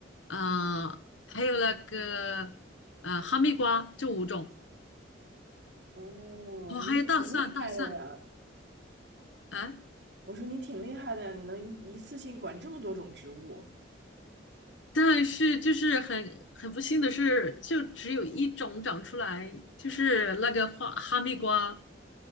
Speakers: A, on the left (about 75°); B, on the right (about 60°).
A: 啊，还有那个啊哈密瓜，这五种，
B: 哦，
A: 哦，还有大蒜，
B: 你挺厉害的呀！
A: 大蒜，啊，
B: 我说你挺厉害的呀，你能一次性管这么多种植物。
A: 但是就是很很不幸的是，就只有一种长出来，就是那个花哈密瓜。